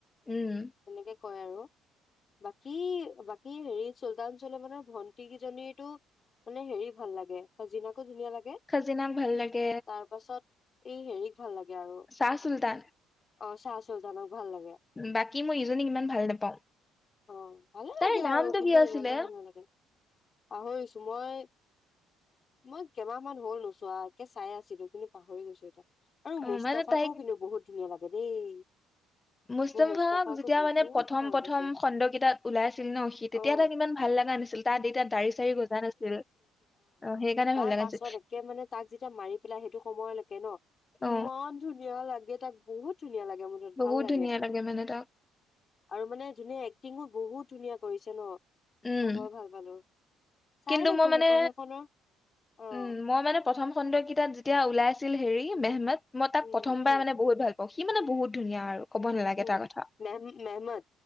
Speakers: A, on the left; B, on the left.
A: উম।
B: তেনেকে কয় আৰু। বাকী বাকী, হেৰি চুলতান চুলেমানৰ ভন্টি কেইজনীতো মানে হেৰি ভাল লাগে, সজিনাকো ধুনীয়া লাগে।
A: খাজিনাক ভাল লাগে
B: তাৰ পাছত এই হেৰিক ভাল লাগে আৰু।
A: চাহ চুলতান।
B: অ' চাহ চুলতানক ভাল লাগে।
A: বাকী, মই ইজনীক ইমান ভাল নাপাওঁ।
B: অ' ভালে
A: তাইৰ
B: লাগে আৰু
A: নামটো
B: কিন্তু
A: কি আছিলে
B: ইমানো ভাল নালাগে। পাহৰিছো মই মই কেইমাহ মান হ'ল নোচোৱা একে চাই আছিলো কিন্তু পাহৰি গৈছো এতিয়া। আৰু
A: অ
B: মস্তাফাকো
A: মানে তাইক
B: কিন্তু বহুত ধুনীয়া লাগে দেই।
A: মুস্তফা
B: মোৰ মুস্তাফাকো
A: যেতিয়া
B: বহুত
A: মানে প্ৰথম
B: ভাল
A: প্ৰথম
B: পাইছে
A: খণ্ডকেইটাত ওলাইছিল ন শীত
B: অ
A: তেতিয়া তাক ইমান ভাল লাগা নাছিল তাৰ তেতিয়া দাড়ি চাৰি গজা নাছিল আৰু সেইকাৰণে
B: তাৰ
A: ভাল লগা
B: পাছত
A: নাছিল।
B: মানে তাক যেতিয়া মাৰি পেলাই সেইটো সময়লৈকে ন
A: অ
B: ইমান ধুনীয়া লাগে তাক বহুত ধুনীয়া লাগে মনত
A: বহুত
B: ভাল লাগে।
A: ধুনীয়া মানে তাক
B: আৰু মানে ধুনীয়া এক্টিংও বহুত ধুনীয়া কৰিছে ন। মই
A: উম
B: বৰ ভাল পালো, চাইয়ে
A: কিন্তু
B: থাকো
A: মই মানে
B: সেইখন সেইখনৰ অ'
A: উম মই মানে প্ৰথম খণ্ডকেইটাত যেতিয়া ওলাইছিল হেৰি মেহমেদ মই তাক
B: উম
A: প্ৰথম
B: উম
A: বাৰ মানে বহুত ভাল সি মানে বহুত ধুনীয়া আৰু ক'ব নালাগে
B: উম
A: তাৰ কথা
B: মেহ মেহমদ